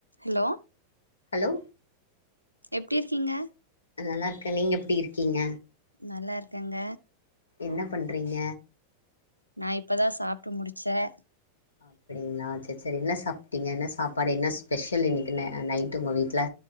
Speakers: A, on the right; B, on the left.
A: Hello
B: hello
A: எப்டி இருக்கீங்க
B: அது நல்லா இருக்கேன் நீங்க எப்டி இருக்கீங்க
A: நல்லா இருக்கேங்க
B: என்ன பண்றீங்க
A: நான் இப்பதான் சாப்டு முடிச்சேன்
B: அப்டிங்களா சரி சரி என்ன சாப்டீங்க என்ன சாப்பாடு என்ன ஸ்பெஷல் இன்னைக்கு நைட் உங்க வீட்டுல